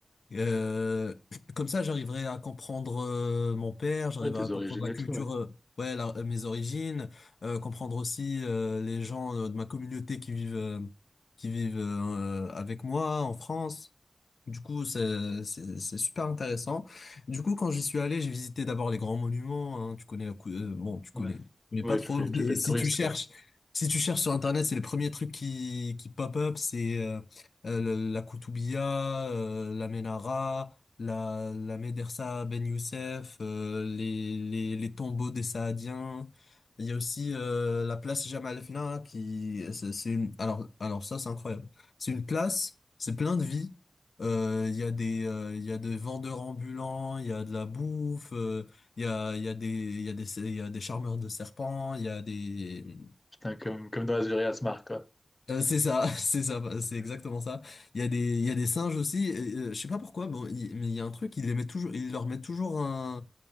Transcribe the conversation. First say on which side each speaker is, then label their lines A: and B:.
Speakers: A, on the left (about 75°); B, on the left (about 25°).
A: Euh, comme ça, j'arriverai à comprendre euh, mon père, j'arriverai
B: Ouais, tes
A: à comprendre
B: origines
A: la
B: et
A: culture,
B: tout, ouais.
A: euh, ouais, la- euh, mes origines, euh, comprendre aussi euh, les gens euh, de ma communauté qui vivent, euh, qui vivent euh, avec moi en France. Du coup, c'est c'est- c'est super intéressant. Du coup, quand j'y suis allé, j'ai visité d'abord les grands monuments. hein. Tu connais la cou- euh, bon, tu connais,
B: Ouais,
A: mais
B: ouais,
A: pas trop.
B: tu fais,
A: <laughs> Mais
B: tu fais le
A: si
B: touriste,
A: tu cherches,
B: quoi.
A: si tu cherches sur Internet, c'est le premier truc qui qui pop up, c'est euh, euh, le- la Koutoubia, euh, la Menara, la la Médersa Ben Youssef, euh, les les les tombeaux des Saadiens. Il y a aussi euh, la place Jamal Fna qui c'est c'est une alors alors ça c'est incroyable. C'est une place, c'est plein de vie. Euh, Il y a des, euh, il y a des vendeurs ambulants, il y a de la bouffe, euh, il y a, il y a des, il y a des, il y a des charmeurs de serpents, il y a des,
B: Putain, comme, comme dans Azuri Smart, quoi.
A: Euh, c'est ça, <laughs> c'est ça, c'est exactement ça. Il y a des, il y a des singes aussi. et, euh, je sais pas pourquoi, bon, il- mais il y a un truc, ils les mettent toujours, ils leur mettent toujours un,